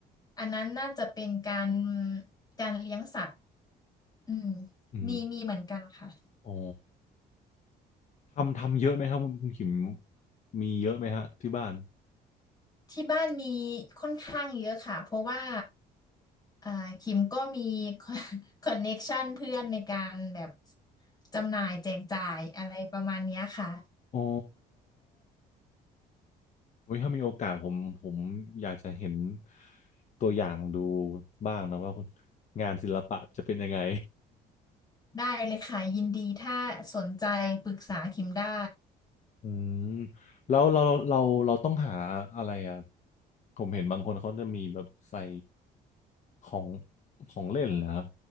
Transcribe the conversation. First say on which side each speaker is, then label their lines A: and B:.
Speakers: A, on the left (about 20°); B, on the left (about 45°).
A: อันนั้นน่าจะเป็นการการเลี้ยงสัตว์อืม
B: อืม
A: มีมีเหมือนกันค่ะ
B: อ๋อทำทำเยอะไหมครับคุณคุณขิมมีเยอะไหมฮะที่บ้าน
A: ที่บ้านมีค่อนข้างเยอะค่ะเพราะว่าอ่าคิมก็มี <laughs> คอนเน็กชันเพื่อนในการแบบจำหน่ายแจกจ่ายอะไรประมาณเนี้ยค่ะ
B: อ๋อโอุยถ้ามีโอกาสผมผมอยากจะเห็นตัวอย่างดูบ้างนะว่าคุณงานศิลปะจะเป็นยังไง
A: ได้เลยค่ะยินดีถ้าสนใจปรึกษาคิมได้
B: <laughs> อืมแล้วเราเราเราต้องหาอะไรอ่ะผมเห็นบางคนเขาจะมีแบบใส่ของของเล่นนะครับ